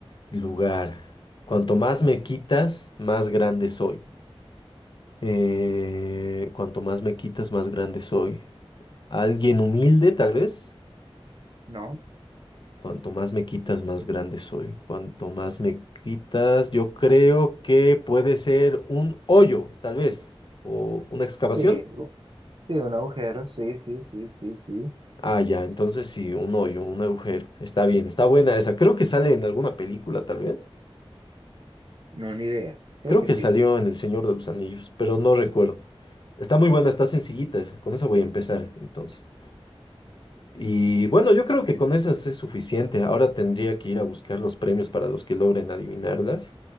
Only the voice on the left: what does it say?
lugar. Cuanto más me quitas, más grande soy. Eh, cuanto más me quitas, más grande soy. ¿Alguien humilde, tal vez?
Cuanto más me quitas, más grande soy. Cuanto más me quitas, yo creo que puede ser un hoyo, tal vez, o una excavación.
Ah, ya, entonces sí, un hoyo, un agujero. Está bien, está buena esa. Creo que sale en alguna película, tal vez.
Creo
que
salió en El Señor de los Anillos, pero no recuerdo. Está muy buena, está sencillita esa. Con esa voy a empezar, entonces. Y bueno, yo creo que con esas es suficiente. Ahora tendría que ir a buscar los premios para los que logren adivinarlas.